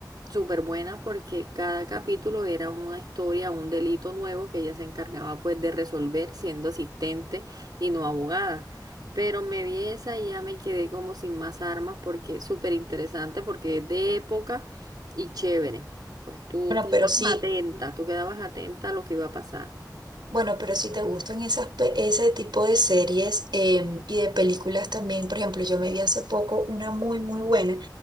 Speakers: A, on the right; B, on the right.
A: súper buena porque cada capítulo era una historia, un delito nuevo que ella se encargaba pues de resolver siendo asistente y no abogada. Pero me vi esa y ya me quedé como sin más armas porque es súper interesante, porque es de época y chévere. Pues tú
B: Bueno,
A: quedabas
B: pero sí,
A: atenta, tú quedabas atenta a lo que iba a pasar.
B: bueno, pero si te gustan esas, pe- ese tipo de series em, y de películas también, por ejemplo, yo me vi hace poco una muy, muy buena.